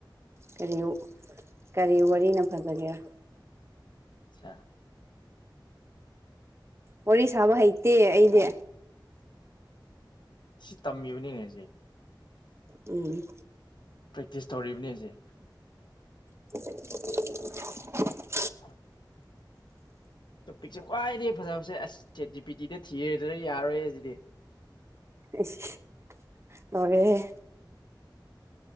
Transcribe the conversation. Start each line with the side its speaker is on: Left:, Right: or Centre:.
Right: ꯀꯔꯤ ꯀꯔꯤ ꯋꯥꯔꯤꯅ ꯐꯖꯒꯦꯔ
Left: ꯑꯆꯥ
Right: ꯋꯥꯔꯤ ꯁꯥꯕ ꯍꯩꯇꯦ ꯑꯩꯗꯤ
Left: ꯁꯤ ꯇꯝꯃꯤꯕꯅꯤꯅꯦꯁꯦ
Right: ꯎꯝ
Left: ꯄ꯭ꯔꯦꯛꯇꯤꯁ ꯇꯧꯔꯤꯕꯅꯦ ꯑꯩꯁꯦ
Right: <unintelligible>
Left: <unintelligible> ꯇꯣꯄꯤꯛꯁꯦ ꯈ꯭ꯋꯥꯏꯗꯒꯤ ꯐꯖꯕꯁꯦ ꯆꯦꯠ ꯖꯤ ꯄꯤ ꯇꯤꯗ ꯊꯤꯔꯦꯗꯅ ꯌꯥꯔꯣꯏꯖꯤꯗꯤ
Right: ꯢꯁ ꯇꯧꯔꯦꯍꯦ